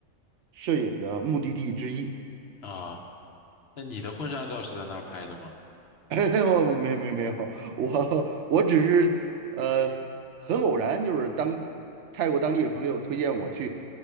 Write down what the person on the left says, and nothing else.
啊。那你的婚纱照是在那儿拍的吗？